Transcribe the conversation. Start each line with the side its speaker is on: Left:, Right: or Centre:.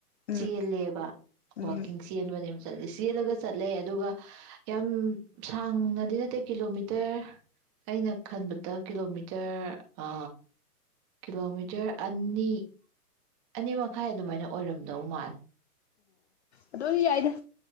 Left: ꯎꯝ
Right: ꯆꯦꯜꯂꯦꯕꯥ
Left: ꯎꯝ
Right: ꯋꯥꯛꯀꯤꯡ ꯆꯦꯟꯕꯅꯦꯕ ꯆꯠꯂꯤ ꯆꯦꯜꯂꯒ ꯆꯠꯂꯦ ꯑꯗꯨꯒ ꯌꯥꯝ ꯁꯥꯡꯅꯗꯤ ꯅꯠꯇꯦ ꯀꯤꯂꯣꯃꯤꯇꯔ ꯑꯩꯅ ꯈꯟꯕꯗ ꯀꯤꯂꯣꯃꯤꯇꯔ ꯑ ꯀꯤꯂꯣꯃꯤꯇꯔ ꯑꯅꯤ ꯑꯅꯤ ꯃꯈꯥꯏ ꯑꯗꯨꯃꯥꯏꯅ ꯑꯣꯏꯔꯝꯗꯧ ꯃꯥꯂꯦ꯫
Left: ꯑꯗꯣ ꯁꯤ ꯌꯥꯏꯗ꯫